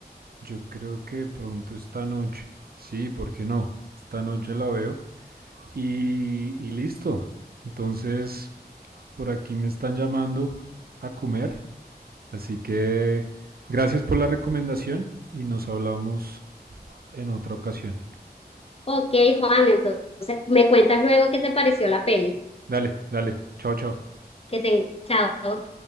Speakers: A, on the right (about 65°); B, on the left (about 35°).
A: Yo creo que pronto esta noche. Sí, ¿por qué no? Esta noche la veo. Y, y listo. Entonces, por aquí me están llamando a comer. Así que gracias por la recomendación y nos hablamos en otra ocasión.
B: Ok, Juan, entonces me cuentas luego qué te pareció la peli.
A: Dale, dale. Chao, chao.
B: Que te, chao.